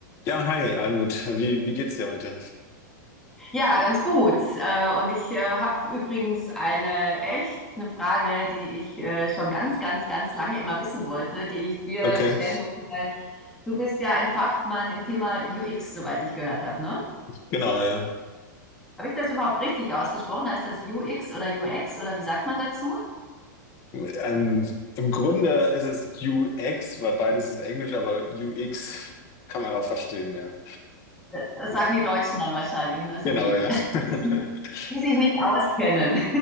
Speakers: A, on the left; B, in the centre.
A: Ja, hi, Almut. Wie, wie geht's dir heute?
B: Ja, ganz gut. Äh, Und ich habe übrigens eine echt eine Frage, die ich äh, schon ganz, ganz, ganz lange immer wissen wollte, die ich dir
A: Okay,
B: stellen wollte, weil du bist ja ein Fachmann im Thema UX, soweit ich gehört habe, ne?
A: genau, ja.
B: Habe ich das überhaupt richtig ausgesprochen? Heißt das UX oder UX oder wie sagt man dazu?
A: Ähm, im Grunde ist es UX, weil beides ist Englisch, aber UX <laughs> kann man auch verstehen, ja.
B: Das
A: Ja.
B: sagen die Deutschen dann wahrscheinlich, ne? So
A: Genau,
B: wie ich,
A: ja.
B: <laughs> die
A: <laughs>
B: sich nicht auskennen.